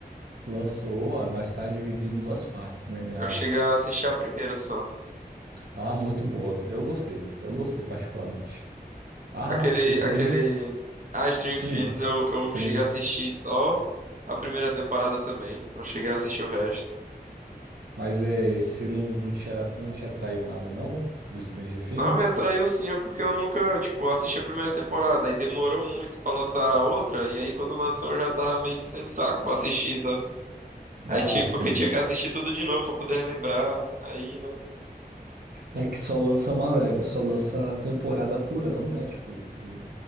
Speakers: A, on the right (about 85°); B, on the right (about 55°).
A: Lançou, ah, mas tá dividido em duas partes, né? Ah,
B: Eu cheguei a assistir a primeira só.
A: ah, muito boa. Eu gostei. Eu gostei particularmente. Ah,
B: Aquele,
A: Stranger
B: aquele. Ah, Stranger
A: Hum,
B: Things, eu, eu
A: Stranger.
B: cheguei a assistir só a primeira temporada também. Não cheguei a assistir o resto.
A: Mas é, você não, não te, a- não te atraiu nada, não? Do Stranger Things?
B: Não, me atraiu sim, é porque eu nunca, tipo, assisti a primeira temporada e demorou muito pra lançar a outra. E aí quando lançou eu já tava meio que sem saco pra assistir, sabe? Aí,
A: Ah,
B: tipo,
A: sim.
B: porque tinha que assistir tudo de novo pra poder relembrar. Aí.
A: É que só lança uma, eh, só lança temporada por ano, né? Tipo, um-